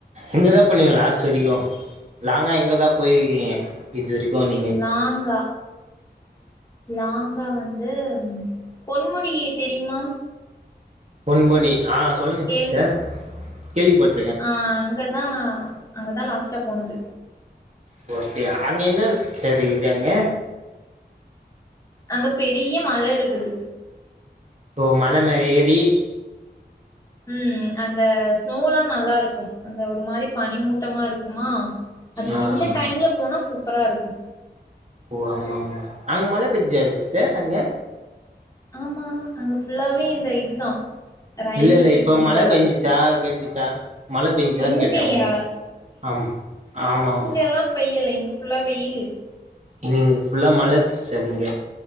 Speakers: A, on the right; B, on the left.
A: எங்கதா போனீங்க லாஸ்ட் வரிக்கு லாங்கா எங்கதா போயிருக்கீங்க இது வரிக்கு ஒன்
B: லாங்கா லாங்கா வந்து பொன்முடி தெரியுமா
A: பொன் மணி ஆ சொல்லுங்க
B: கேள்வி
A: சிஸ்டர் கேள்விப்பட்
B: ஆ அங்கதா அங்கதா லாஸ்ட்டா போனது
A: ஓ அப்டியா அங்க என்னது சிஸ்டர் இக்குது அங்க
B: அங்க பெரிய மழ இருக்குது
A: இப்போ மல மேல ஏறி
B: ம் அந்த ஸ்னோல்லா நல்லா இருக்கு அந்த ஒரு மாரி பனிமூட்டமா இருக்குமா அது
A: ஆ
B: இந்த டைம்ல போனா சூப்பரா இருக்கு
A: ஓ ஆமா ஆமா அங்க மழ பேஞ்சுசா சிஸ்டர் அங்க
B: ஆமா அங்க ஃபுல்லாவே இந்த இதுதா ரைனி
A: இல்ல இல்ல
B: சீசன்
A: இப்ப மழ
B: போல
A: பேஞ்சுச்சா கேட்டுச்சா மழ பேஞ்சுச்சான்னு
B: இங்கயா
A: கேட்டே உங்க ஆமா ஆமா ஆமா
B: எல்லா பையல இங்க ஃபுல்லா வெயிலு
A: ம் ஃபுல்லா மழ சிஸ்டர் இங்க